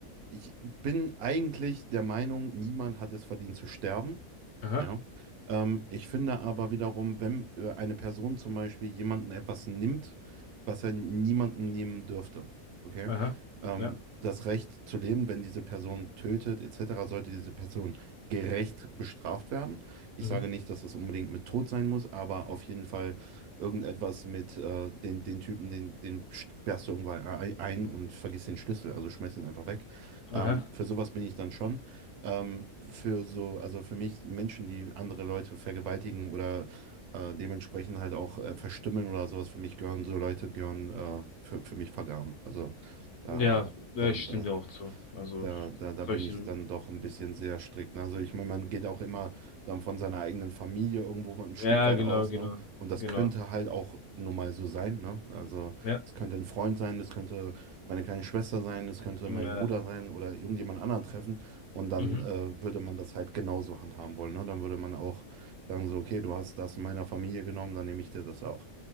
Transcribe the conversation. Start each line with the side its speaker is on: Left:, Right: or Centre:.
Right: ich bin eigentlich der Meinung, niemand hat es verdient zu sterben.
Left: Aha.
Right: Ja. Ähm, ich finde aber wiederum, wenn äh, eine Person zum Beispiel jemanden etwas nimmt, was er niemandem nehmen dürfte, okay?
Left: Aha.
Right: Ähm,
Left: Ja.
Right: das Recht zu leben, wenn diese Person tötet, etc., sollte diese Person gerecht bestraft werden. Ich
Left: Mhm.
Right: sage nicht, dass das unbedingt mit Tod sein muss, aber auf jeden Fall irgendetwas mit äh, den, den Typen, den, den sperrst du irgendwann ein ein und vergiss den Schlüssel, also schmeiß ihn einfach weg. Ähm,
Left: Aha.
Right: für sowas bin ich dann schon ähm, für so, also für mich Menschen, die andere Leute vergewaltigen oder äh, dementsprechend halt auch äh, verstümmeln oder sowas, für mich gehören so Leute, gehören äh, für, für mich vergraben. Also da,
Left: Ja, ja,
Right: da,
Left: ich
Right: da
Left: stimme dir auch zu. Also
Right: da, da, da
Left: solche.
Right: bin ich dann doch ein bisschen sehr strikt. Ne? Also ich meine, man geht auch immer dann von seiner eigenen Familie irgendwo ein Stück
Left: Ja,
Right: weit
Left: genau,
Right: aus,
Left: genau.
Right: ne? Und das
Left: Genau.
Right: könnte halt auch nun mal so sein, ne? Also
Left: Ja.
Right: es könnte ein Freund sein, das könnte meine kleine Schwester sein, das könnte
Left: Ja.
Right: mein Bruder sein oder irgendjemand anderen treffen. Und dann
Left: Mhm.
Right: äh, würde man das halt genauso handhaben wollen, ne? Dann würde man auch sagen so, okay, du hast das in meiner Familie genommen, dann nehme ich dir das auch.